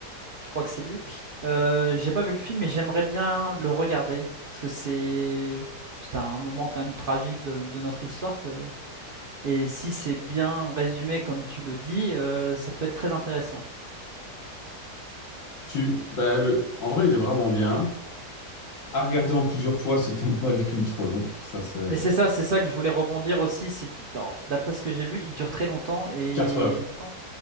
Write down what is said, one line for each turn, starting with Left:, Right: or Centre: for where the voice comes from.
Right: Je crois que c'est lui. Euh, j'ai pas vu le film, mais j'aimerais bien le regarder parce que c'est c'est un moment quand même tragique de, de notre histoire que et si c'est bien résumé comme tu le dis, euh, ça peut être très intéressant.
Left: tu, bah, le, en vrai, il est vraiment bien. À regarder en plusieurs fois si t'aimes pas les films trop longs. Ça, c'est
Right: Mais c'est ça, c'est ça que je voulais rebondir aussi. C'est dans- d'après ce que j'ai vu, il dure très longtemps et
Left: 4 heures.
Right: maintenant.